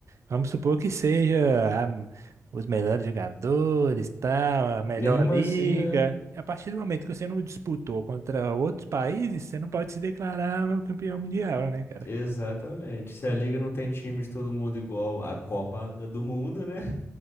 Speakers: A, on the right; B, on the left.
A: vamos supor que seja a- os melhores jogadores, tal, a melhor
B: Mesmo assim,
A: liga.
B: né?
A: A partir do momento que você não disputou contra outros países, você não pode se declarar o campeão mundial, né, cara?
B: Exatamente. Se a liga não tem time de todo mundo igual a Copa do Mundo, né?